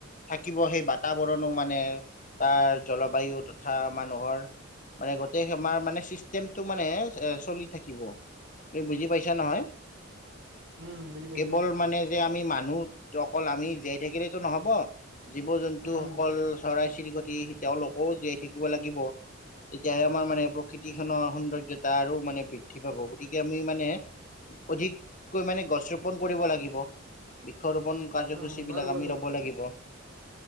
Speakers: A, on the left; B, on the right.
A: থাকিব সেই বাট বাৰ্তাবৰণো মানে তাৰ জলবায়ু তথা মানুহৰ মানে গোটেই আমাৰ মানে চিষ্টেমটো মানে চলি থাকিব তুমি বুজি পাইছা নহয়।
B: উম বুজি পাইছো
A: কেৱল মানে যে আমি মানুহ অকল আমি জীয়াই থাকিলেতো নহব যিবোৰ টো
B: উম
A: সকল চৰাই কতি তেওঁলোকেও জীয়াই থাকিব লাগিব। তেতিয়াহে আমাৰ মানে প্ৰকৃতিখনৰ সৌন্দৰ্যতা আৰু মানে বৃদ্ধি পাব গতিকে আমি মানে, অধিককৈ মানে গছ ৰোপন কৰিব লাগিব। ৰুপন কাৰ্যসূচী
B: অ বাৰু
A: বিলাক
B: বাৰু
A: আমি ৰব লাগিব